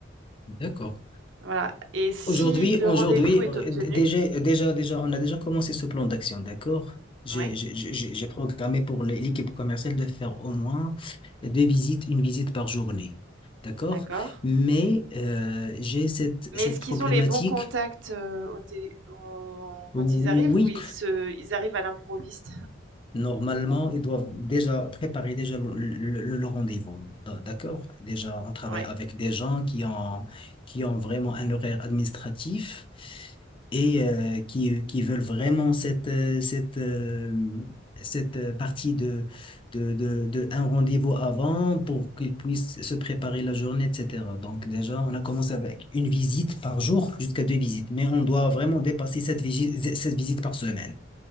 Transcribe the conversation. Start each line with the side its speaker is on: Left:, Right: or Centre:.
Left: d'accord.
Right: Voilà. Et si
Left: Aujourd'hui,
Right: le
Left: aujourd'hui,
Right: rendez-vous est
Left: euh,
Right: obtenu,
Left: déjà, déjà, déjà, on a déjà commencé ce plan d'action, d'accord? J'ai
Right: oui,
Left: j'ai- j'ai- j'ai programmé pour l'é- l'équipe commerciale de faire au moins deux visites, une visite par journée, d'accord?
Right: d'accord.
Left: Mais euh, j'ai cette,
Right: Mais
Left: cette
Right: est-ce qu'ils
Left: problématique.
Right: ont les bons contacts euh, au télé- en-
Left: Oui,
Right: quand ils arrivent ou ils, se- ils arrivent à l'improviste
Left: Normalement, ils doivent déjà préparer déjà le, le- le- le rendez-vous, d- d'accord? Déjà, on travaille
Right: Oui,
Left: avec des gens qui ont, qui ont vraiment un horaire administratif et euh, qui, qui veulent vraiment cette, euh, cette, euh, cette euh, partie de, de, de, de un rendez-vous avant pour qu'ils puissent se préparer la journée, etc. Donc déjà, on a commencé avec une visite par jour jusqu'à deux visites, mais on doit vraiment dépasser cette visite, cette visite par semaine,